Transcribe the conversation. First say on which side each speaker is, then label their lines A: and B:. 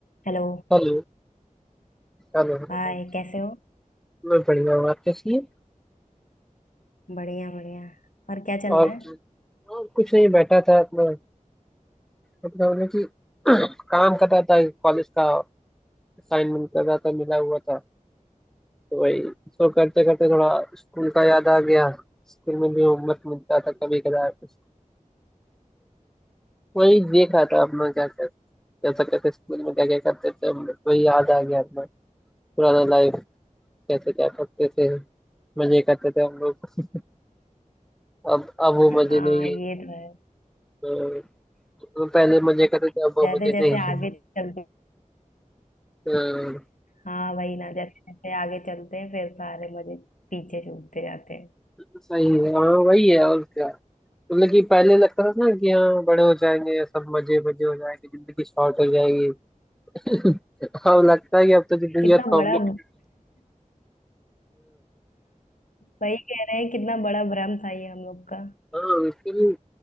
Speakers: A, on the left; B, in the centre.
A: हेलो
B: Hello hello hello.
A: हाय कैसे हो
B: मैं बढ़िया हूँ आप कैसी हैं
A: बढ़िया बढ़िया और क्या चल
B: और,
A: रहा है
B: और कुछ नहीं बैठा था अपना अपना उन्हें कि काम कर रहा था कॉलेज का असाइनमेंट कर रहा था मिला हुआ था तो वही इसको करते करते थोड़ा स्कूल का याद आ गया स्कूल में भी होमवर्क मिलता था कभी कदार तो वही देख रहा था अपना क्या क्या कैसा कैसे स्कूल में क्या क्या करते थे हम लोग वही याद आ गया अपना पुराना लाइफ कैसे क्या करते थे मजे करते थे हम लोग अब अब वो
A: हाँ
B: मजे नहीं
A: ये तो है
B: है वो पहले मजे करते थे अब
A: जैसे
B: मजे
A: जैसे
B: नहीं
A: आगे
B: है
A: चलते
B: हाँ,
A: हाँ वही ना जैसे जैसे आगे चलते हैं फिर सारे मजे पीछे छूटते जाते हैं
B: सही है हाँ वही है और क्या मतलब कि पहले लगता था ना कि हाँ बड़े हो जाएंगे सब मजे मजे हो जाएंगे जिंदगी शॉर्ट हो जाएगी <laughs> अब लगता है कि अब तो जिंदगी
A: कितना
B: बहुत कॉम्प्लिकेटेड
A: बड़ा वही कह रहे हैं कितना बड़ा भ्रम था ये हम लोग का
B: हाँ लेकिन